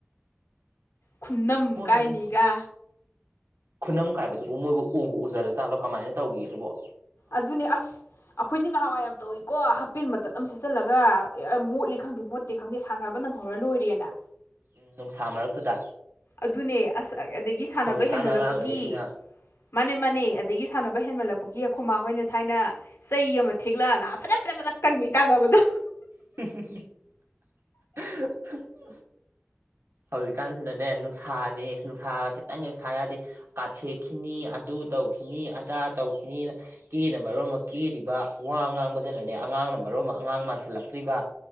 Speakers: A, on the right (about 75°); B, on the left (about 80°).
A: <inaudible>
B: ꯈꯨꯅꯝ
A: ꯃꯣꯏ
B: ꯀꯥꯏꯔꯤꯒ
A: ꯃꯤꯗꯣ ꯈꯨꯅꯝ ꯀꯥꯏꯕꯗꯨꯕꯨ ꯃꯣꯏꯕꯨ ꯎꯕꯨ ꯎꯖꯔ ꯆꯥꯠꯂꯣ ꯀꯃꯥꯏꯅ ꯇꯧꯒ ꯑꯗꯨꯕꯨꯣ
B: ꯑꯗꯨꯅꯦ ꯑꯁ ꯑꯩꯈꯣꯏꯗꯤ ꯅꯍꯥꯟꯋꯥꯏ ꯌꯥꯝ ꯇꯧꯏꯀꯣ ꯍꯥꯞꯄꯦꯟ ꯃꯇꯠ ꯑꯃ ꯁꯦꯠꯆꯜꯂꯒ ꯑ ꯃꯣꯠꯂꯤ ꯈꯪꯗꯦ ꯃꯣꯠ ꯇꯦ ꯈꯪꯗꯦ ꯁꯥꯟꯅꯕ ꯅꯪꯍꯧꯔ ꯂꯣꯏꯔꯦꯅ
A: ꯎꯝ ꯅꯨꯡꯁꯥ ꯃꯔꯛꯇꯨꯗ
B: ꯑꯗꯨꯅꯦ ꯑꯁ ꯑꯗꯒꯤ ꯁꯥꯟꯅꯕ
A: ꯍꯧꯖꯤꯛꯀꯥꯟ
B: ꯍꯦꯟꯃꯟꯂꯛꯄꯒꯤ
A: ꯑꯉꯥꯡꯈꯩꯁꯤꯅ
B: ꯃꯥꯅꯦ ꯃꯥꯅꯦ ꯑꯗꯒꯤ ꯁꯥꯟꯅꯕ ꯍꯦꯟꯃꯟꯂꯛꯄꯒꯤ ꯑꯈꯨꯃꯥ ꯍꯣꯏꯅ ꯊꯥꯏꯅ ꯆꯩ ꯑꯃ ꯊꯦꯛꯂꯛꯑ ꯂꯥꯛ ꯐꯗꯠ ꯐꯗꯠ ꯐꯗꯠ ꯀꯟꯒꯩ ꯇꯥꯟꯅꯕꯗꯣ
A: ‌ <unintelligible> ꯍꯧꯖꯤꯛꯀꯥꯟꯁꯤꯅꯅꯦ ꯅꯨꯡꯁꯥꯅꯤ ꯅꯨꯡꯁꯥ ꯈꯤꯇꯪ ꯍꯦꯛ ꯁꯥ ꯌꯥꯗꯦ ꯀꯥꯊꯦꯛꯈꯤꯅꯤ ꯑꯗꯨ ꯇꯧꯈꯤꯅꯤ ꯑꯗꯥ ꯇꯧꯈꯤꯅꯤꯅ ꯀꯦꯅ ꯃꯔꯣꯟ ꯃ ꯀꯤꯔꯤꯕ ꯋꯥ ꯉꯥꯡꯕꯗꯅꯅꯦ ꯑꯉꯥꯡꯅ ꯃꯔꯣꯟꯃ ꯑꯉꯥꯡ ꯃꯥꯟꯁꯤꯜꯂꯛꯇ꯭ꯔꯤꯕ